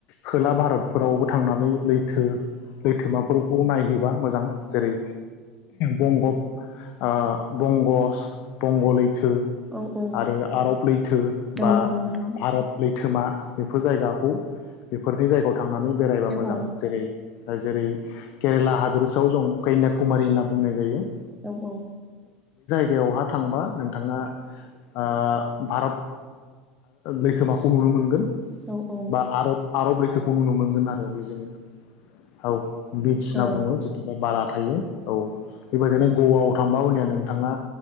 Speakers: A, on the left; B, in the centre.
A: खोला भारत फोरावबो थांनानै लै थो लैथोमाफोरखौ नायहै बा मोजां। जेरै बंगब ओ बंगस बंग लै थो
B: औ औ
A: आरो आरब लैथो बा
B: औ नंगौ नोंथां
A: भारत लैथोमा बेफोर जायगाखौ बेफोरनि जायगायाव थांनानै बेरायबा
B: औ
A: मोजां
B: औ
A: जेरै जेरै केरेला हादोरसायाव जों कन्याकुमारि होनना बुंनाय जायो
B: औ औ
A: गायावहा थांबा नोंथाङा ओ भारत लैथोमाखौ नुनो मोनगोन
B: औ ओ
A: बा आरब आरब लैथो खौ नुनो मोनगोन आरो बेजोंनो औ बिष होनना
B: औ
A: बुङो जुदिबा बाला थायो औ बेबायदिनो गवा थांबा अब्लानिया नोंथाङा